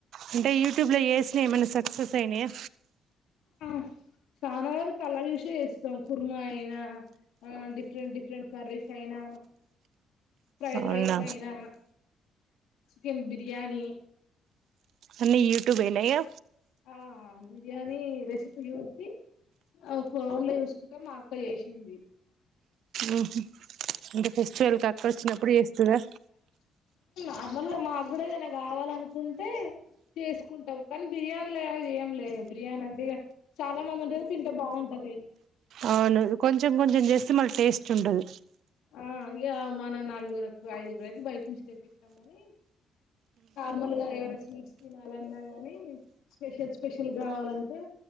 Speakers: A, on the right (about 75°); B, on the left (about 85°).
A: అంటే యూట్యూబ్ లో జేసినయ్ ఏమైనా సక్సెస్ అయినయా
B: ఆ చానా వరకు అలా చూసే జేస్తాం కుర్మా అయినా డిఫరెంట్ డిఫరెంట్ కర్రీస్ అయినా. ఫ్రైడ్
A: అవునా
B: రైస్ అయినా చికెన్ బిర్యానీ
A: అన్నీ యూట్యూబ్ అయినాయా
B: ఆ బిర్యానీ రెసిపీ చూసి ఆ ఫోన్ లో చూసుకుంటా మా అక్క జేసింది
A: ఊహు ఇంక ఫెస్టివల్ కక్కచ్చినప్పుడు చేస్తుదా
B: <unintelligible> మాగ్గూడ ఏదనా కావాలనుకుంటే చేసుకుంటాం కానీ బిర్యానీలగలే జెయంలే బిర్యానీ అంటే ఇగ చాలా మందుంటది తింటే బాగుంటది
A: అవును కొంచెం కొంచెం చేస్తే మళ్ళ టేస్ట్ ఉండదు
B: ఆ ఇగ మనం నలుగురకు ఐదుగురైతే బయట నుంచి తెప్పిత్తం గనీ నార్మల్గా ఏవన స్వీట్స్ తిన అలన్నా గాని స్పెషల్ స్పెషల్ గావాలంటే